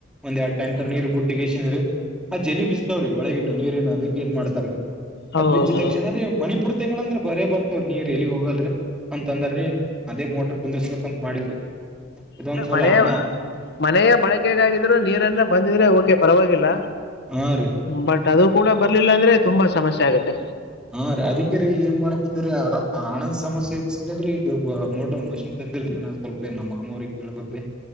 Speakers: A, in the centre; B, on the left.
A: ಒಂದ್ ಎರಡ್ ಟ್ಯಾಂಕರ್ ನೀರ್ ಬುಟ್ಟಿಗೆಸ ಇಂದ ಆ ಜಲಿ ಬಿಸ್ತಾವ್ರೀ ಒಳಗ ನೀರನ್ನು ಅದಕ್ಕೆೇದ ಮಾಡ್ತಾರ್ರೀ.
B: ಹೌದು
A: ಅದ್ ಬಿಚ್ಚ ತಕ್ಷಣ್ರೀ ಮಣಿಪುರ್ ತಿಂಗಳಂದ್ರ ಬರೇ ಬರ್ತವ್ರ ನೀರ್ ಎಲ್ಲಿಗ್ ಹೋಗಲ್ರರಿ ಅಂತ ಅಂದಾರೀ ಅದೇ ಮೋಟರ್ ಕುುದರ್ಸ್ಬೇಕಂತ ಮಾಡೀವ್ರಿ ಇದೊಂದು
B: ಇಲ್ಲ
A: ಸಲ
B: ಮನೆ
A: ಅಣ್ಣ
B: ಮನೆಯ ಬಳಕೆಗಾಗಿದ್ರು ನೀರನ್ನ ಬಂದಿದ್ರೆ ಓಕೆ ಪರವಾಗಿಲ್ಲ
A: ಹಾ ರೀ
B: ಬಟ್ ಅದು ಕೂಡ ಬರ್ಲಿಲ್ಲ ಅಂದ್ರೆ ತುಂಬಾ ಸಮಸ್ಯೆ ಆಗತ್ತೆ
A: ಹಾ ರೀ ಅದಿಕ ರ ಏನ್ ಮಾಡ್ಕೊತ್ರರಿ ಹಣದ್ ಸಮಸ್ಯೆ ಹೆಚ್ಚಿಗೆ ಅದರ ಈಗ ಮೋಟರ್ ಮಷಿನ್ ತ ಇಲ್ಲರಿ ಅಣ್ಣ ಸ್ವಲ್ಪ ನಮ್ಮ ಮಾಮೂ್ರಿಗೆ ಕೇಳ್ಬೇಕ್ರಿ